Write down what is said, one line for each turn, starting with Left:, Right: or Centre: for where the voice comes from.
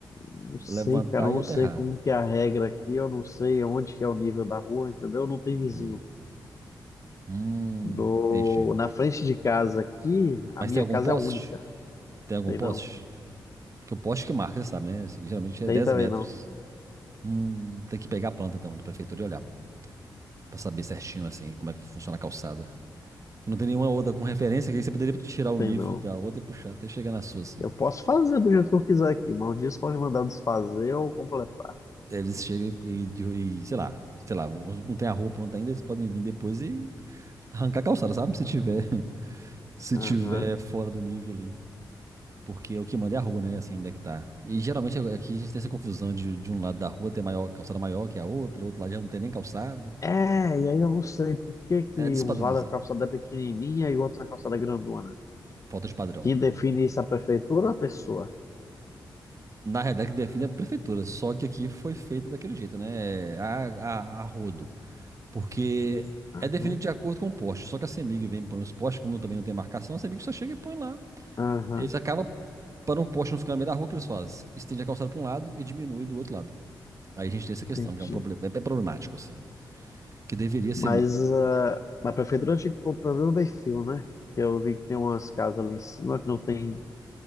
Left: Não sei,
Right: levantar
Left: cara, eu não
Right: e aterrar.
Left: sei como que é a regra aqui, eu não sei onde que é o nível da rua, entendeu? Não tem vizinho.
Right: Hum, hum,
Left: No,
Right: entendi.
Left: na frente de casa aqui, a
Right: Mas
Left: minha
Right: tem algum
Left: casa
Right: poste?
Left: é única.
Right: Tem algum
Left: Tem
Right: poste?
Left: não.
Right: Porque o poste que marca, você sabe, né? Assim, geralmente é
Left: Tem
Right: 10
Left: também
Right: metros.
Left: não.
Right: Hum, tem que pegar a planta, então, da prefeitura e olhar. Pra saber certinho, assim, como é que funciona a calçada. Que não tem nenhuma outra com referência, que aí você poderia tirar o
Left: Tem
Right: nível
Left: não.
Right: da outra e puxar até chegar na sua, assim.
Left: Eu posso fazer do jeito que eu quiser aqui, mas um dia você pode mandar desfazer ou completar.
Right: Eles chegam e, e, sei lá, sei lá, não tem a rua pronta ainda, eles podem vir depois e arrancar a calçada, sabe? Se tiver, <laughs> se
Left: Aham.
Right: tiver fora do nível ali. Porque o que manda é a rua, né? Assim, onde é que tá. E geralmente é, aqui a gente tem essa confusão de, de um lado da rua ter maior, calçada maior que a outra, outro lado já não tem nem calçada.
Left: É, e aí eu não sei por que que
Right: É despadronizado.
Left: uns lados a calçada é pequenininha e outros a calçada é grandona.
Right: Falta de padrão.
Left: Quem define isso é a prefeitura ou a pessoa?
Right: Na realidade, que define é a prefeitura, só que aqui foi feito daquele jeito, né? É, A, a, a rodo. Porque
Left: Aham,
Right: é definido de acordo com o poste. Só que a CEMIG vem e põe os postes, como também não tem marcação, a CEMIG só chega e põe lá.
Left: aham,
Right: Eles acabam, para um poste não ficar no meio da rua, o que eles fazem? Estende a calçada para um lado e diminui do outro lado. Aí a gente tem essa
Left: entendi.
Right: questão, que é um problema, é é problemático, assim. Que deveria
Left: Mas
Right: ser. me-
Left: ah, na prefeitura tinha que pôr pelo menos meio fio, né? Eu vi que tem umas casas ali em cima que não tem